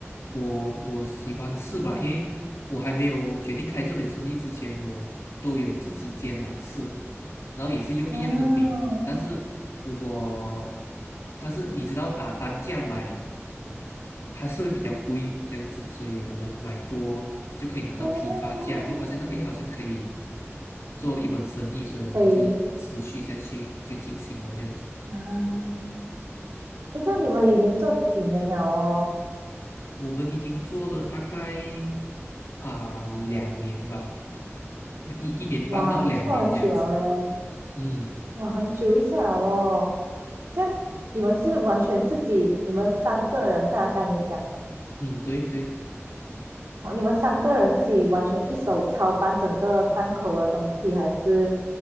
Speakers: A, on the left; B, on the right.
A: 我我喜欢吃吧，因为我还没有决定开这门生意之前，我都有自己煎来吃，然后也是用一样的饼，
B: 嗯，
A: 但是如果但是你知道啊、单价买。它是会比较贵这样子，所以我们买多就可以拿到批发价，
B: 哦，
A: 就发现到诶好像可以做一门生意，所以我们就持续下去，
B: 可以
A: 就进行了这样子。
B: 啊，诶，这样你们已经做几年了哦？
A: 我们已经做了大概啊、两年吧，一一年半到两年这样子。
B: 哇，不错，很久了诶，
A: 嗯
B: 哇，很久一下了哦。这样你们是完全自己，你们三个人是啊？该你讲。
A: 嗯，对对，
B: 哦你们三个人自己完全一手操办整个档口的东西，还是